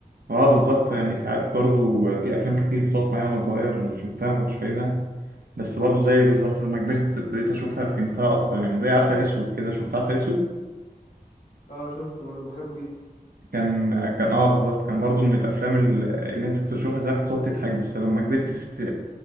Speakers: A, on the right; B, on the left.
A: اه بالظبط يعني ساعات برضو في افلام كتير بتقف معايا وانا صغير شفتها ما كنتش فاهمها بس برضو زيك بالظبط لما كبرت ابتديت اشوفها فهمتها اكتر يعني زي عسل اسود كده شفت عسل اسود
B: اه شفته برضه بحبه جدا
A: كان كان اه بالظبط كان برضو من الافلام ال- اللي انت كنت تشوفها زمان كنت تقعد تضحك بس لما كبرت فت-